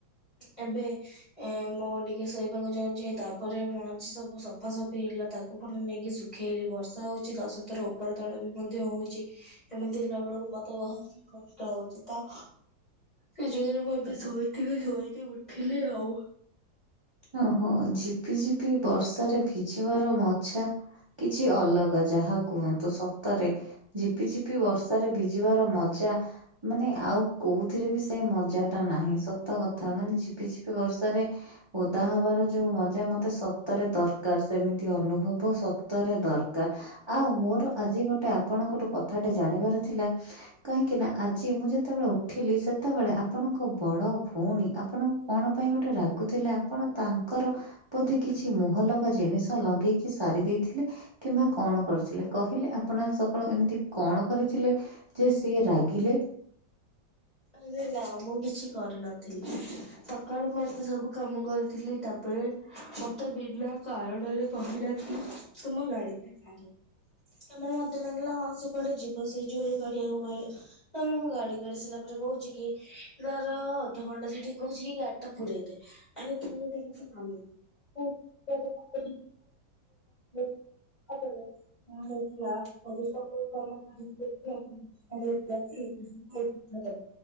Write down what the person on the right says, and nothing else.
ଅହୋ ଝିପି ଝିପି ବର୍ଷାରେ ଭିଜିବାର ମଛା କିଛି ଅଲଗା ଯାହା କୁହନ୍ତୁ ସତରେ। ଝିପି ଝିପି ବର୍ଷାରେ ଭିଜିବାର ମଜା ମାନେ ଆଉ କୋଉଥିରେ ବି ସେ ମଜା ଟା ନାହିଁ ସତ କଥା ମାନେ ଝିପି ଝିପି ବର୍ଷାରେ ଓଦା ହବାର ଯୋଉ ମଜା ମତେ ସତରେ ଦରକାର ସେମିତି ଅନୁଭବ ସତରେ ଦରକାର। ଆଉ ମୋର ଆଜି ଗୋଟେ ଆପଣଙ୍କଠୁ କଥାଟେ ଜାଣିବାର ଥିଲା କାହିଁକି ନା ଆଜି ମୁଁ ଯେତେବେଳେ ଉଠିଲି ସେତେବେଳେ ଆପଣଙ୍କ ବଡ ଭଉଣୀ ଆପଣଙ୍କୁ କଣ ପାଇଁ ଗୋଟେ ରାଗୁ ଥିଲେ ଆପଣ ତାଙ୍କର ବୋଧେ କିଛି ମୁହଁ ଲଗା ଜିନିଷ ଲଗେଇକି ସାରି ଦେଇଥିଲେ କିମ୍ବା କଣ କରିଥିଲେ କହିଲେ ଆପଣ ଆଜି ସକାଳୁ ଏମିତି କଣ କରିଥିଲେ ଯେ ସିଏ ରାଗିଲେ?